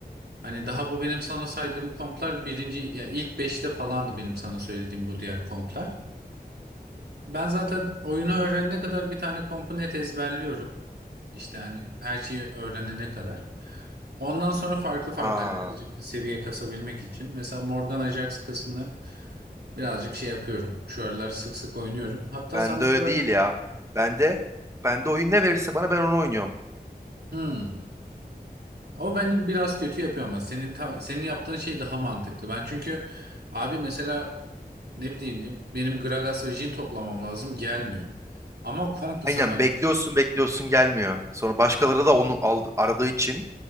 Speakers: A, on the right; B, on the right.
A: Hani daha bu benim sana saydığım komplar birinci ya ilk beşte falandı benim sana söylediğim bu diğer komplar. Ben zaten oyunu öğrenene kadar bir tane kompu net ezberliyorum. İşte hani her şeyi öğrenene kadar. Ondan sonra farklı farklı
B: Aa,
A: hani birazcık seviye kasabilmek için. Mesela Morgan Ajax kısmını birazcık şey yapıyorum. Şu aralar sık sık oynuyorum. Hatta
B: bende
A: sen bu
B: öyle
A: kadar...
B: değil ya. Bende bende oyun ne verirse bana ben onu oynuyorum.
A: Hmm. O beni biraz kötü yapıyor ama senin ta- senin yaptığın şey daha mantıklı. Ben çünkü abi mesela Ne bileyim benim Gragas ve Jin toplamam lazım gelmiyor. Ama komp bu
B: Aynen
A: sefer.
B: bekliyorsun bekliyorsun gelmiyor. Sonra başkaları da onu aldı, aradığı için